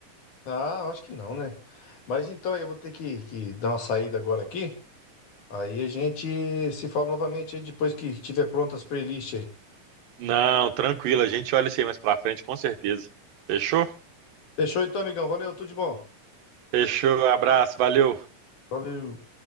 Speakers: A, on the left (about 60°); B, on the right (about 80°).
A: Ah, eu acho que não, né? Mas então eu vou ter que, que dar uma saída agora aqui. Aí a gente se fala novamente aí depois que tiver prontas as playlists aí.
B: Não, tranquilo, a gente olha isso aí mais pra frente, com certeza. Fechou?
A: Fechou então, amigão. Valeu, tudo de bom.
B: Fechou, abraço, valeu.
A: Valeu.